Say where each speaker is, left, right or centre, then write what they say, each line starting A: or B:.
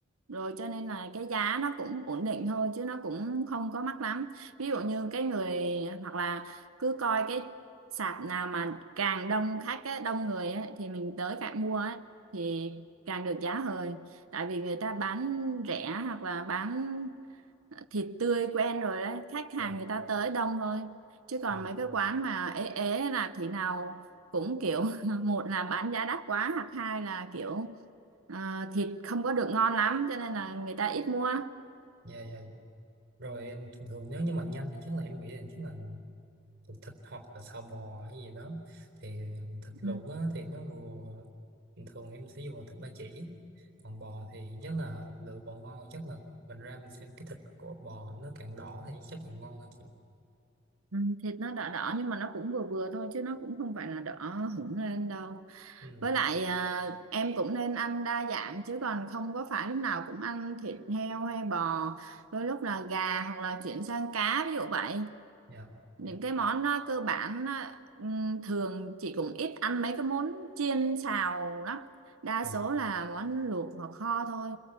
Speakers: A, on the right; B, on the right.
A: rồi cho nên là cái giá nó cũng ổn định thôi chứ nó cũng không có mắc lắm ví dụ như cái người hoặc là cứ coi cái sạp nào mà càng đông khách ấy, đông người ấy, thì mình tới càng mua ấy, thì càng được giá hời tại vì người ta bán rẻ hoặc là bán thịt tươi quen rồi đấy khách hàng
B: dạ
A: người ta tới đông thôi chứ còn
B: dạ
A: mấy cái quán mà ế ế là thế nào cũng kiểu <laughs> một là bán giá đắt quá hoặc hai là kiểu ờ, thịt không có được ngon lắm cho nên là người ta ít mua
B: dạ dạ rồi em thường thường nếu như mà nhanh thì chắc là em nghĩ là chắc là thuộc thịt hoặc là sò bò hay gì đó thì thịt
A: ừ.
B: luộc á, thì nó vừa bình thường em sẽ dùng là thịt ba chỉ còn bò thì chắc là lựa bò ngon chắc là mình ra mình xem cái thịt của bò nó càng đỏ thì chắc càng ngon hơn chị
A: Ừ, thịt nó đỏ đỏ nhưng mà nó cũng vừa vừa thôi chứ nó cũng không phải là đỏ hửng lên đâu
B: ừ.
A: với lại ờ, em cũng nên ăn đa dạng chứ còn không có phải lúc nào cũng ăn thịt heo hay bò đôi lúc là gà hoặc là chuyển sang cá ví dụ vậy
B: dạ
A: những
B: dạ
A: cái món ờ, cơ bản ờ, ừm, thường chị cũng ít ăn mấy cái món chiên xào lắm đa
B: dạ
A: số là món luộc hoặc kho thôi